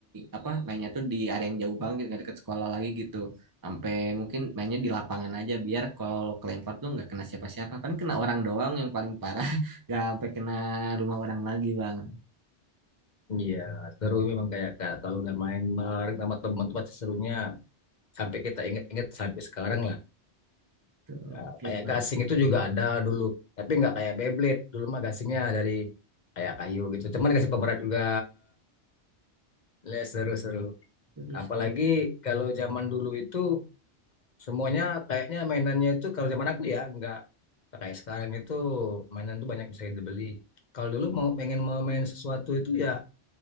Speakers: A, on the right; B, on the left.
A: apa mainnya tuh di area yang jauh banget, nggak deket sekolah lagi gitu. Sampai mungkin mainnya di lapangan aja biar kalau kelempar tuh nggak kena siapa-siapa. Paling kena orang doang yang paling parah. Gak sampai kena rumah orang lagi bang.
B: Iya seru memang kayak kayak kalau udah main bareng sama teman tuh pasti serunya sampai kita ingat-ingat sampai sekarang lah
A: Tuh,
B: Nah,
A: oke
B: kayak
A: bang.
B: gasing itu juga ada dulu, tapi nggak kayak Beyblade. Dulu mah gasingnya dari kayak kayu gitu. Cuman dikasih pemerat juga. Ya, seru-seru.
A: Terus
B: Apalagi kalau zaman dulu itu semuanya kayaknya mainannya itu kalau zaman aku ya nggak nggak kayak sekarang itu mainan tuh banyak bisa dibeli. Kalau dulu mau pengen mau main sesuatu itu ya